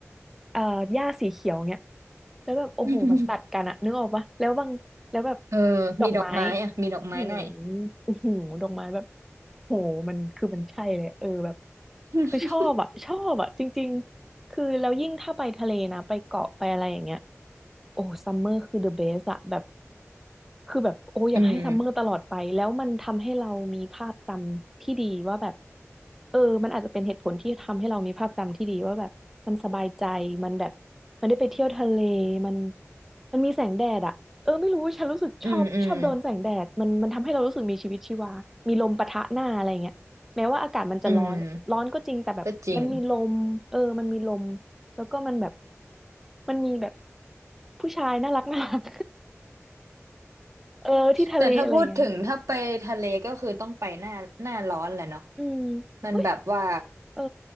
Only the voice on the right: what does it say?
ๆ <laughs> เออมีดอกไม้อ่ะมีดอกไม้หน่อย
<laughs>
อืม
อืมอืมอืมก็จริง
แต่ถ้าพูดถึงถ้าไปทะเลก็คือต้องไปหน้าหน้าร้อนแหละเนาะ
มันแบบว่า